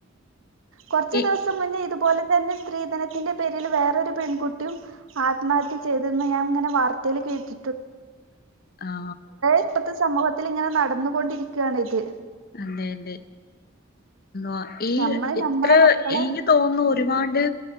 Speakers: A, on the right; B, on the left.
A: കുറച്ച്
B: ഏ
A: ദിവസം മുന്നേ ഇതും അതുപോലെ തന്നെ സ്ത്രീധനത്തിന്റെ പേരിൽ വേറൊരു പെൺകുട്ടിയും ആത്മഹത്യ ചെയ്തെന്ന് ഞാൻ ഇങ്ങനെ വാർത്തയിൽ കേട്ട്
B: ആ
A: ഇപ്പത്തെ സമൂഹത്തിൽ ഇങ്ങനെ നടന്നു കൊണ്ടിരിക്കാണ് ഇത്
B: അതെ അതെ ആ ഈ
A: നമ്മള്
B: ഇത്ര
A: നമ്മളെ മക്കളെ
B: എനിക്ക് തോന്നുന്നു ഒരുപാട്